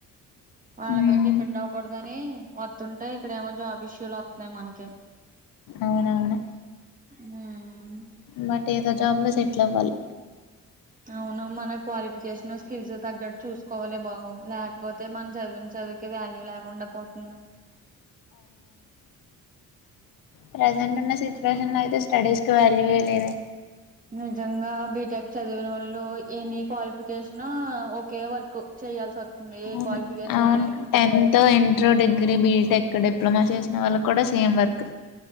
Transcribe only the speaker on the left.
ఉమ్
అవునవును
బట్ ఏదో జాబ్ లో సెటిల్ అవ్వాలి
ప్రెజెంట్ ఉన్న సిచ్యువేషన్ లో అయితే స్టడీస్ కి వాల్యూ ఏ లేదే
అవును
టెన్త్ ఇంటర్ డిగ్రీ బీటెక్ ఇక డిప్లొమా చేసిన వాళ్ళకి కూడా సేమ్ వర్